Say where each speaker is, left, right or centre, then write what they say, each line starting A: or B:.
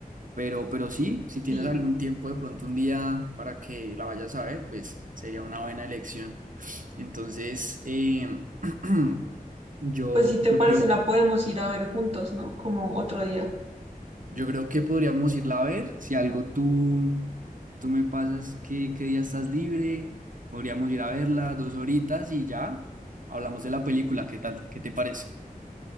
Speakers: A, on the right; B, on the right.
A: Pero, pero sí, si tienes
B: Sí.
A: algún tiempo de pronto un día para que la vayas a ver, pues sería una buena elección. Entonces, eh, <clears throat> yo,
B: Pues si te
A: yo
B: parece,
A: creo,
B: la podemos ir a ver juntos, ¿no? Como otro día.
A: yo creo que podríamos irla a ver. Si algo tú, tú me pasas que, qué día estás libre, podríamos ir a verla dos horitas y ya hablamos de la película. ¿Qué tal? ¿Qué te parece?